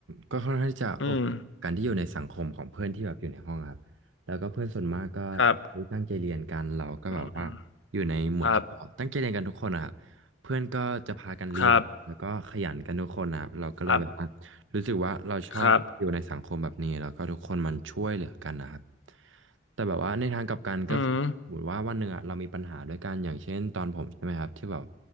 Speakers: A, on the right; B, on the left.
A: ก็ค่อนข้างที่จะโอคการที่อยู่ในสังคมของเพื่อนที่แบบอยู่ในห้องอะครับแล้วก็เพื่อนส่วนมากก็
B: อืมครับ
A: ตั้งใจเรียนกันเราก็แบบว่าอยู่ในหมวดที่ตั้งใจเรียนกันทุกคนอะครับเพื่อนก็จะพากันเรียนแล้วก็ขยันกันทุกคนนะครับเราก็เลยแบบว่า
B: อืมครับครับครับ
A: รู้สึกว่าเราชอบอยู่ในสังคมแบบนี้แล้วก็ทุกคนมันช่วยเหลือกันนะครับ
B: ครับ
A: แต่แบบว่าในทางกลับกันก็คือสมมติว่าวันหนึ่งอะเรามีปัญหาด้วยกันอย่างเช่นตอนผมใช่ไหมครับที่แบบ
B: อืม